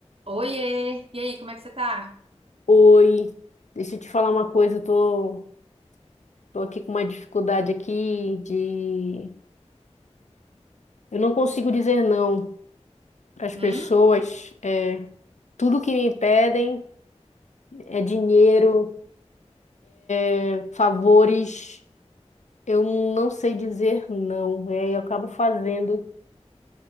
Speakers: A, on the right; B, on the left.
A: Oiê! E aí, como é que você tá?
B: Oi, deixa eu te falar uma coisa, eu tô, tô aqui com uma dificuldade aqui de... Eu não consigo dizer não às
A: Hum?
B: pessoas. É, tudo que me pedem é dinheiro, é favores, eu não sei dizer não. E aí eu acabo fazendo,